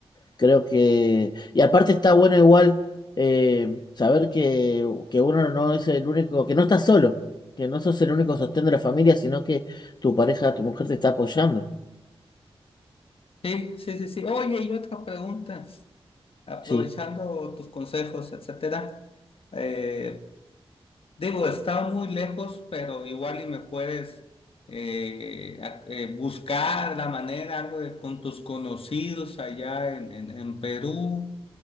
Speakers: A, on the left; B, on the left.
A: Creo que. Y aparte está bueno igual eh, saber que, que uno no es el único, que no estás solo, que no sos el único sostén de la familia, sino que tu pareja, tu mujer te está apoyando.
B: Sí, sí, sí, sí. Oye, y otra pregunta, aprovechando
A: Sí.
B: tus consejos, etcétera. eh, Digo, está muy lejos, pero igual y me puedes eh, a- eh, buscar la manera, algo de, con tus conocidos allá en, en, en Perú,